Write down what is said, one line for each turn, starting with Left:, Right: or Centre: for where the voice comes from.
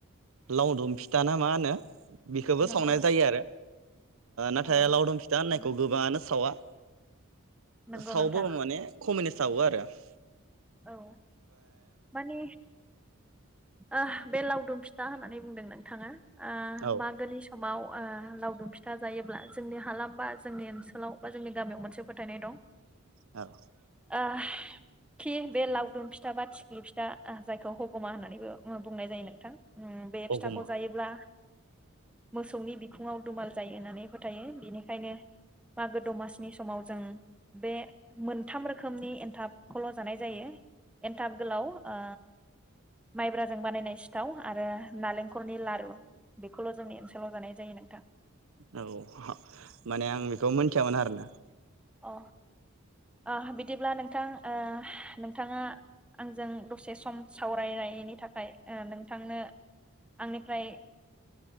Right: लावदुम फिथा ना मा होनो बिखोबो
Centre: नंगौ
Right: सावनाय
Centre: नोंथां
Right: जायो आरो नाथाय
Centre: औ
Right: लावदुम फिथा
Centre: नंगौनो
Right: होननायखौ गोबाङानो सावा
Centre: नंगौ
Right: सावोबो
Centre: नोंथां
Right: माने खामायनाय सावो आरो ।
Centre: औ माने ओ बे लावदुम फिथा होननानै बुंदों नोंथाङा । आ
Right: औ
Centre: मागोनिस समाव ओ लावदुम फिथा जायोब्ला जोंनि हालाम बा जोंनि ओनसोलाव बा जोंनि गामियाव मोनसे फोथायनाय दं ।
Right: औ ।
Centre: ओ । खि बे लावदुम फिथा बा थिंख्लि फिथा जायखौ हगमा होननानैबो बुंनाय जायो नोंथां । उम्म बे
Right: हगमा
Centre: फिथाखौ जायोब्ला मोसौनि बिखुङाव दुमालु जायो होननानै फोथायो बेनिखायनो मागो दमासिनि समाव जों बे मोनथाम रोखोमनि एन्थाबखौल' जानाय जायो एन्थाब गोलाव ओ माइब्राजों बानायनाय सिथाव आरो नालेंखरनि लारु बेखौल' जोंनि ओनसोलाव जानाय जायो नोंथां ।
Right: औ माने आं बेखौ मोनथियामोन आरोना ।
Centre: अ ओ बिदिब्ला नोंथां ओ नोंथाङा आंजों दसे सम सावरायनायनि थाखाय नोंथांनो आंनिफ्राय